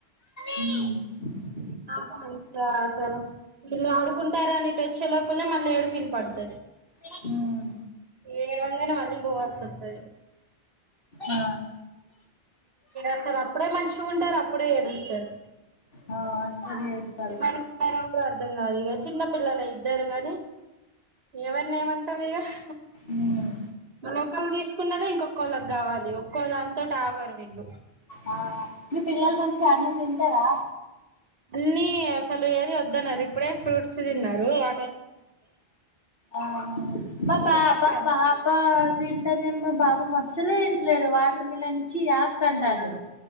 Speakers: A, on the left; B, on the right.
A: హ్మ్
B: నాకు మంచిగా అవసరం వీళ్ళు ఆడుకుంటారు అనేటి వచ్చే లోపలే మళ్ళీ ఏడిపిన పడుతది
A: హ్మ్
B: ఏడు వంగనే మళ్ళీ పోవాల్సి వస్తది
A: ఆ
B: అసలు అప్పుడే మంచిగా ఉండారు అప్పుడే ఏడుస్ స్తారు
A: ఆ అట్లనే చేస్తారు
B: ఏమనుకున్నారు అని కూడ అర్ధం ఇంగ అదిగా చిన్న పిల్లలు ఇద్దరు గానీ ఎవరిని ఏమం టమే ఆహ్
A: ఉమ్
B: మళ్ళ ఒక్కళ్ళు తీసుకున్నదే ఇంకొక్కళ్ళకి కావాలి ఒక్కో దాం తోటి ఆగరు వీళ్ళు
A: ఆ మీ పిల్లలు మంచిగ అన్నం తింటరా
B: అన్నీ అసలు ఏది వద్దనరు ఇప్పుడే ఫ్రూట్స్ తిన్నారు వా
A: ఆహా పా పా
B: కూర్చున్నారు
A: పపా పాప తిన్ అంటే మేం మా బాబు మస్సలే తింటలేడు వాటర్ మిలన్ ఛీ యాక్ అంటాండు